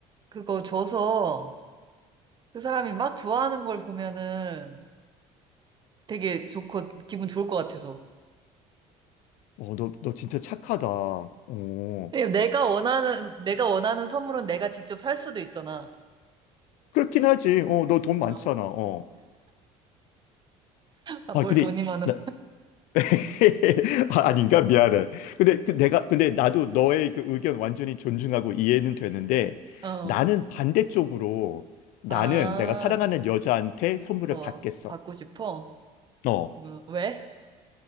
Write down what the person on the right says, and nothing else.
그거 줘서 그 사람이 막 좋아하는 걸 보면은 되게 좋고 기분 좋을 것 같아서.
왜냐면 내가 원하는, 내가 원하는 선물은 내가 직접 살 수도 있잖아.
어,
아,
뭘
돈이 많아.
어,
아,
어,
받고 싶어?
음, 왜?